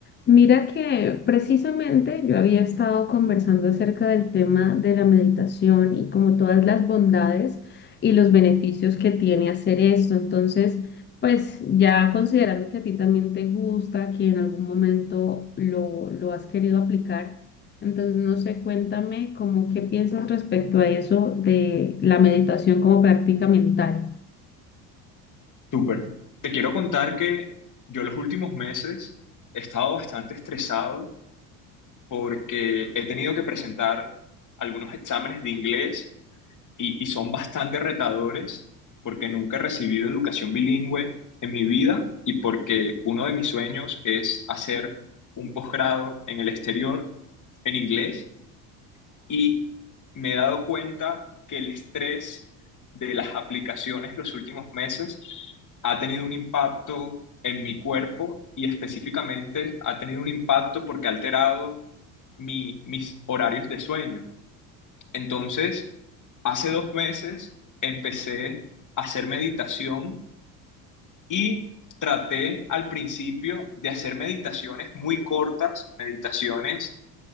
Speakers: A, on the left (about 25°); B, on the left (about 40°).
A: Mira que precisamente yo había estado conversando acerca del tema de la meditación y como todas las bondades y los beneficios que tiene hacer esto. Entonces, pues ya considerando que a ti también te gusta, que en algún momento lo, lo has querido aplicar, entonces no sé, cuéntame como qué piensas respecto a eso de la meditación como práctica mental.
B: Súper. Te quiero contar que yo los últimos meses he estado bastante estresado porque he tenido que presentar algunos exámenes de inglés y, y son bastante retadores porque nunca he recibido educación bilingüe en mi vida y porque uno de mis sueños es hacer un posgrado en el exterior en inglés y me he dado cuenta que el estrés de las aplicaciones los últimos meses ha tenido un impacto en mi cuerpo y específicamente ha tenido un impacto porque ha alterado mi- mis horarios de sueño. Entonces, hace dos meses empecé a hacer meditación y traté al principio de hacer meditaciones muy cortas, meditaciones